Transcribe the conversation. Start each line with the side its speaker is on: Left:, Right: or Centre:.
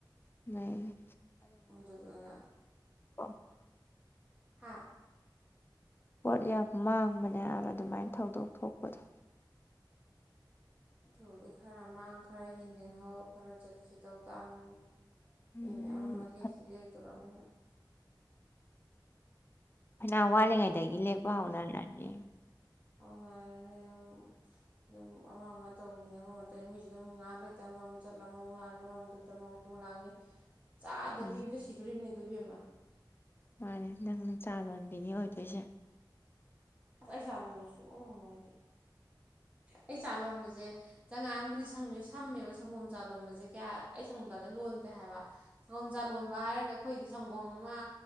Left: ꯎꯝ
Right: ꯑꯗꯨꯗꯨꯅ
Left: <unintelligible>
Right: ꯍꯥ
Left: ꯄꯣꯠ ꯌꯥꯝ ꯃꯥꯡꯕꯅꯦ ꯍꯥꯏꯕ ꯑꯗꯨꯃꯥꯏꯅ ꯊꯧꯗꯣꯛ ꯊꯣꯛꯄꯗꯣ
Right: ꯗꯨꯗꯤ ꯈꯔ ꯃꯥꯡ ꯈꯔ ꯍꯦꯟꯖꯤꯟꯍꯧ ꯈꯔ ꯆꯠꯈꯤ ꯇꯧ ꯇꯥꯕꯅꯤꯅꯦ
Left: ꯎꯝ
Right: ꯃꯤ ꯃꯌꯥꯝ ꯑꯃ ꯂꯦꯛꯇꯤ ꯂꯦꯛꯇꯣꯔꯝꯅꯤꯅ
Left: ꯐꯩꯅꯥꯝ ꯋꯥꯠꯂꯤꯉꯩꯗꯒꯤ ꯂꯦꯛꯄ ꯍꯧꯅꯔꯦ ꯍꯥꯏꯕꯅꯦ
Right: ꯉꯥꯏꯔꯅꯤ ꯑꯗꯨꯝ ꯑꯗꯨꯝ ꯑꯃ ꯑꯃ ꯇꯧꯔꯤꯅꯦ ꯑꯃ ꯑꯃ ꯇꯧꯔꯤ ꯃꯤꯁꯨ ꯑꯗꯨꯝ ꯉꯥꯏꯍꯥꯛ ꯂꯩꯇ ꯑꯃ ꯑꯃꯨꯛ ꯆꯠ ꯑꯃ ꯑꯃꯨꯛ ꯂꯥꯛꯅꯤ ꯑꯃꯨꯛ ꯆꯠ ꯑꯃꯃꯨꯛ ꯂꯥꯛꯅꯤ ꯆꯥꯗ
Left: ꯎꯝ
Right: ꯄꯤꯕꯗ ꯁꯤꯗꯣꯔꯤꯕꯅꯤ ꯗꯨ ꯕꯦꯝꯃ
Left: ꯃꯥꯅꯦ ꯅꯪꯅ ꯆꯥ ꯂꯣꯟꯕꯤꯅꯤ ꯑꯣꯏꯗꯣꯏꯁꯦ
Right: ꯑꯁ ꯑꯩ ꯆꯥ ꯂꯣꯟꯕꯗꯤ ꯁꯨꯛꯉꯝ ꯉꯝꯃꯣꯏ ꯑꯩꯗꯤ ꯑꯩ ꯆꯥ ꯂꯣꯟꯕꯁꯦ ꯆꯉꯥꯡꯕꯨꯗꯤ ꯁꯝꯃꯦ ꯁꯝꯃꯦꯕ ꯁꯪꯒꯣꯝ ꯆꯥ ꯂꯣꯟꯕꯁꯦ ꯀꯌꯥ ꯑꯩ ꯁꯪꯒꯣꯝ ꯆꯥꯁꯦ ꯂꯣꯟꯗꯦ ꯍꯥꯏꯕ ꯁꯪꯒꯣꯝ ꯆꯥ ꯂꯣꯟꯕ ꯍꯥꯏꯔꯒ ꯑꯩꯈꯣꯏꯗꯤ ꯁꯪꯒꯣꯝ ꯑꯃ